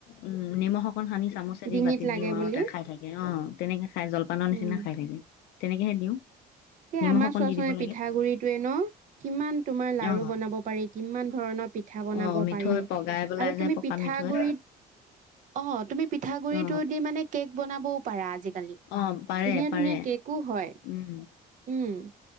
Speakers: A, on the left (about 80°); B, on the right (about 50°).
A: উম নিমখ অকন সানি চামুচেদি
B: ডিঙিত
A: বাতিত
B: লাগে
A: দিও আৰু
B: বুলি
A: খা, খাই থাকে অ তেনেকে খাই জলপানৰ নিচিনা
B: উম
A: খাই থাকে তেনেকেহে দিওঁ। নিমখ
B: আমাৰ
A: অকণ
B: চোৱাচ
A: দি দিব
B: পিঠাগুৰিটয়ে
A: লাগে
B: ন কিমান তোমাৰ লাৰু
A: অ
B: বোনাব পাৰি কিমান ধৰণৰ, পিঠা বনাব
A: অ মিঠৈ
B: পাৰি
A: পগাই পেলাই
B: আৰু
A: যে
B: তুমি
A: পকা
B: পিঠাগুৰিত।
A: মিঠৈ
B: অ তুমি পিঠাগুৰিত
A: অ
B: দি মানে কেক বনাবও পাৰা আজিকালি। ধুনীয়া
A: অ পাৰে পাৰে
B: ধুনীয়া কেকো হয়।
A: উম
B: উম